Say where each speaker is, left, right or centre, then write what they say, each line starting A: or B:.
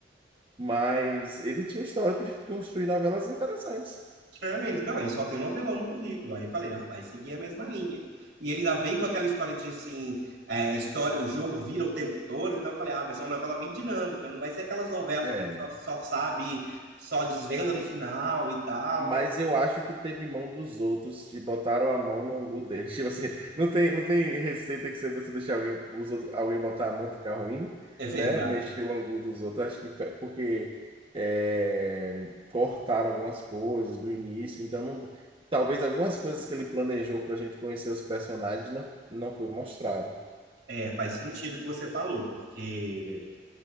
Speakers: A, on the right; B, on the right.
A: Mas ele tinha um histórico de construir novelas interessantes.
B: É, ele, não, ele só tem novelão no currículo. Aí eu falei, ah, vai seguir a mesma linha. E ele ainda veio com aquela história de assim, é, a história, o jogo vira o tempo todo, então eu falei, ah, vai ser uma novela bem dinâmica, não vai ser aquelas novelas
A: É,
B: que a gente só, só sabe, só desvenda no final e tal.
A: Mas eu acho que teve mão dos outros, te botaram a mão no angu deles. <laughs> Tipo assim, não tem, não tem receita que se você deixar alguém, os outros- alguém botar a mão ficar ruim,
B: É verdade.
A: né? Mexer o angu dos outros. Acho que pe- porque é, cortaram algumas coisas do início, então não- talvez algumas coisas que ele planejou para a gente conhecer os personagens não, não foi mostrado.
B: É, faz sentido o que você falou, porque